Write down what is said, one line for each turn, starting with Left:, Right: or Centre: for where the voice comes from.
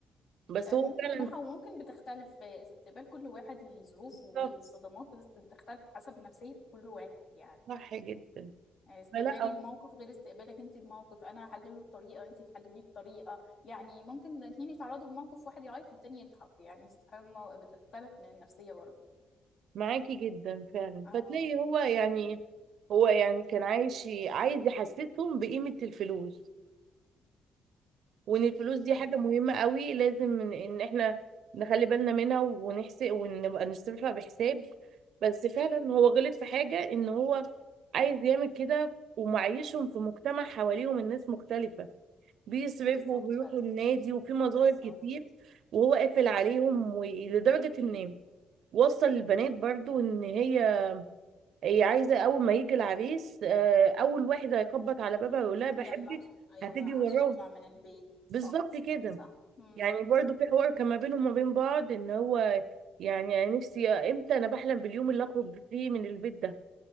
Right: بس
Left: آه،
Right: هو
Left: ممكن
Right: فعلا
Left: طموحها وممكن بتختلف آه، استقبال كل واحد للظروف والصدمات
Right: صح
Left: بتس- بتختلف حسب نفسية كل واحد يعني
Right: صح جدا
Left: آه، استقبالي
Right: فلا
Left: الموقف غير استقبالك انت الموقف انا احلله بطريقة انت تحلليه بطريقة يعني ممكن الاتنين يتعرضوا لموقف واحد يعيط والتاني يضحك يعني سبحان الله بتختلف من النفسية برضه
Right: معاكي جدا فعلا
Left: اه
Right: فتلاقي هو يعني هو يعني كان عايش عايز يحسسهم بقيمة الفلوس وان الفلوس دي
Left: ايوه
Right: حاجة مهمة قوي لازم ان إن احنا نخلي بالنا منها ونحسب ونبقى نصرفها بحساب بس فعلا هو غلط في حاجة ان هو عايز يعمل كده ومعيشهم في مجتمع حواليهم الناس مختلفة بيصرفوا
Left: بالظبط
Right: وبيروحوا
Left: ف-
Right: النادي وفي مظاهر
Left: بالظبط
Right: كتير وهو قافل
Left: صح
Right: عليهم ولدرجة ان وصل البنات برضو ان هي هي عايزة اول ما يجي العريس آه، اول واحد هيخبط على بابها يقول لها بحبك
Left: يعني عشان ايوه
Right: هتيجي
Left: عشان
Right: وراه
Left: اطلع من البيت صح
Right: بالظبط كده
Left: صح امم
Right: يعني برضو في حوار كان ما بينهم وما بين بعض ان هو يعني أنا نفسي آه، امتى انا بحلم باليوم اللي اخرج فيه من البيت ده